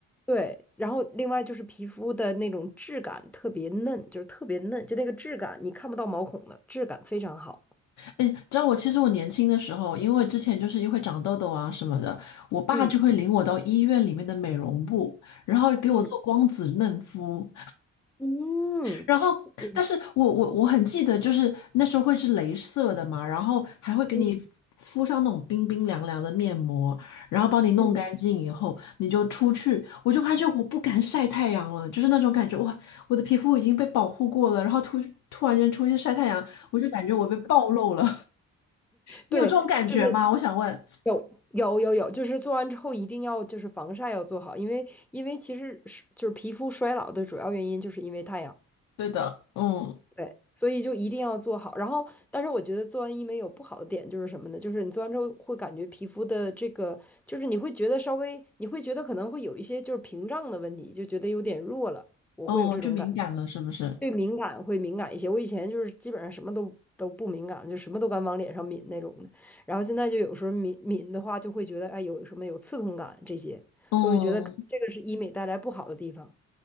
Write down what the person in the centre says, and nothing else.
对，然后另外就是皮肤的那种质感特别嫩，就是特别嫩，就那个质感你看不到毛孔的质感非常好。
嗯
嗯嗯
嗯
嗯。
嗯
对，就是
有有有有，就是做完之后一定要就是防晒要做好，因为因为其实是就是皮肤衰老的主要原因就是因为太阳，
对，所以就一定要做好。然后，但是我觉得做完医美有不好的点就是什么呢？就是你做完之后会感觉皮肤的这个，就是你会觉得稍微，你会觉得可能会有一些就是屏障的问题，就觉得有点弱了，我会有这种感觉。
对敏感会敏感一些。我以前就是基本上什么都都不敏感，就什么都敢往脸上抿那种的。然后现在就有时候抿抿的话，就会觉得哎有什么有刺痛感这些，
所以我觉得可能这个是医美带来不好的地方。